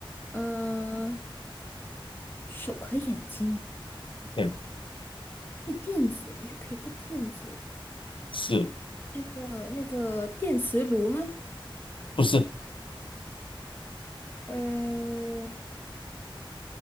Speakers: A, on the left; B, on the left.
A: 嗯、手和眼睛
B: 对，
A: 可以电子，又可以不电子。
B: 是
A: 那个那个电磁炉吗？
B: 不是？
A: 呃，